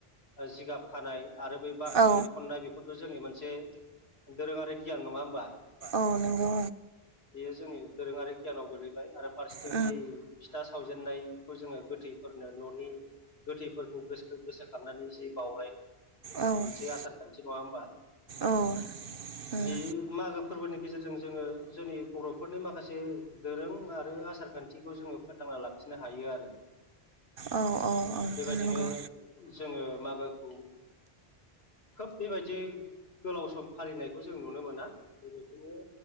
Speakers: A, on the left; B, on the right.
A: जिगाब खानाय आरो बे। बाख्रि
B: औ
A: लिरख'नाय बेफोरथ' जोंनि मोनसे दोरोङारि गियान नङा होमबा?
B: औ नंगौ।
A: बेयो जोंनि दोरोङारि गियानाव गोलैबाय आरो फारसेथिं
B: औ
A: बै फिथा सावजेननायखौ जोङो गोथैफोरनो न'नि। गोथैफोरखौ गो गोसोखांनानै जि बावलायनाय
B: औ
A: सै आसार खान्थि नङा होमबा?
B: औ उम
A: बे मागो फोरबोनि गेजेरजों जोङो जोंनि बर'फोरनि माखासे दोरों आरो आसार खान्थिखौ जोङो फोथांना लाखिनो हायो आरो।
B: औ औ औ।
A: बेबायदिनो
B: नंगौ
A: जोङो मागोखौ खोब बेबायदि गोलाव सम फालिनायखौ जों नुनो मोना। बेबायदिनो